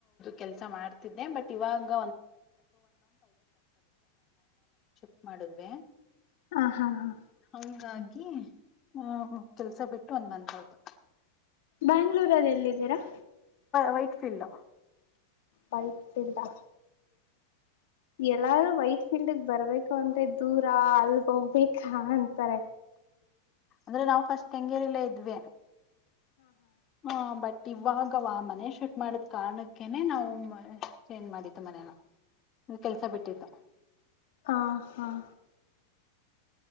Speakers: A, on the left; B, on the left.
A: ಕೆಲಸ ಮಾಡ್ತಿದ್ದೆ ಬಟ್ ಇವಾಗ.. <unintelligible>
B: ಹ ಹಾ ಹಾ
A: ಹಂಗಾಗಿ ಆ ಕೆಲ್ಸ ಬಿಟ್ಟು ಒಂದ್ ಮತ್ ಆಯತು..
B: ಬ್ಯಾಂಗ್ಳೂರಲ್ಲಿ ಎಲ್ಲಿದ್ದೀರಾ..
A: ವೈಟ್ ಫೀಲ್ಡ್
B: ಪೈಪ್ ಸಲ್ದಾ
A: <unintelligible>
B: ಎಲ್ಲಾರೂ ವೈಟ್ ಫೀಲ್ಡ್ಗ್ ಬರ್ಬೇಕು ಅಂದ್ರೆ ದೂರ ಅಲ್ಗ ಹೋಗ್ಬೇಕಾ ಅಂತಾರೆ
A: ಅಂದ್ರೆ ನಾವು ಫಸ್ಟ್ ಕೆಂಗೇರಿಲ್ಲ ಇದ್ವಿ ಹಾ ಬಟ್ ಇವಾಗವ ಮನೆ ಶೂಟ್ ಮಾಡದ್ ಕಾರಣಕ್ಕನೆ ನಾವು ಚೇಂಜ್ ಮಾಡಿದ್ದ ಮನೇಲ್ಲ ನಿ ಕೆಲ್ಸ ಬಿಟ್ಟಿದ್ದು
B: ಹ ಹಾ